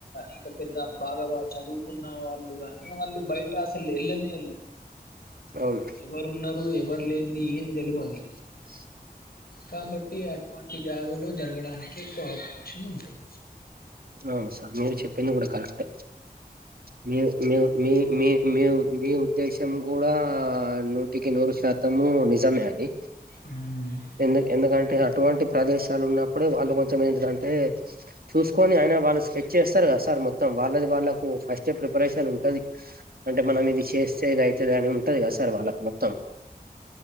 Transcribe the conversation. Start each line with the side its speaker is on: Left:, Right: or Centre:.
Left: ఇంకా పెద్ద బాగా బాగా చదువు. చదువుకున్న వాళ్ళు కాగాని వాళ్ళు బయట అసలు ఏళ్ళనే ఏళ్ళరు.
Right: అవును
Left: ఎవరు ఉన్నారు ఎవరు లేన్ది ఏం తెలువది.
Right: ఆహ్
Left: కాబట్టి అటువంటి జాగాలో జరగడానికి ఎక్కువ అవకాశం ఉంటుంది.
Right: అవును సార్ మీరు చెప్పింది కూడా కరెక్టే. మీ మీ మీ మీ మీ మీ ఉద్దేశం కూడా నూటికి నూరు శాతం. తము నిజమే అండి
Left: హ్మ్.
Right: ఎందు ఎందుకంటే అటువంటి. ప్రదేశాలు ఉన్నప్పుడే వాళ్ళు కొంచం ఏంటిదంటే చూసు కొని అయినా వాళు సెట్ చేస్తరు కద సార్ మొత్తం వాళ్ళది వాళ్ళకు ఫస్టే ప్రిపరేషన్ ఉంటది అంటే
Left: అవును.
Right: మనం ఇది చేస్తేది అయితది అని ఉంటది కదా సార్ వాళ్ళకు మొత్తం